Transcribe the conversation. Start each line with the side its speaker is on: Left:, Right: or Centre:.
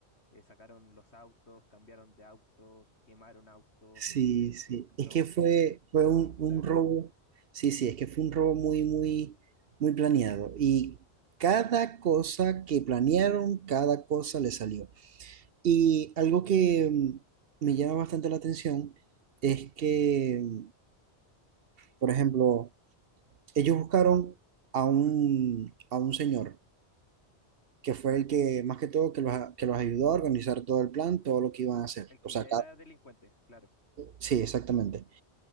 Left: eh, sacaron los autos, cambiaron de auto, quemaron autos,
Right: Sí,
Left: te-
Right: sí,
Left: eh,
Right: es
Left: no,
Right: que fue,
Left: es
Right: fue un,
Left: locura.
Right: un robo, sí, sí, es que fue un robo muy, muy, muy planeado. Y cada cosa que planearon, cada cosa le salió. Y algo que mm, me llama bastante la atención es que, mm, por ejemplo, ellos buscaron a un, a un señor que fue el que, más que todo, que los, a- que los ayudó a organizar todo el plan, todo lo que iban a hacer.
Left: El que
Right: O sea,
Left: ya era
Right: cada-
Left: delincuente, claro.
Right: sí, exactamente.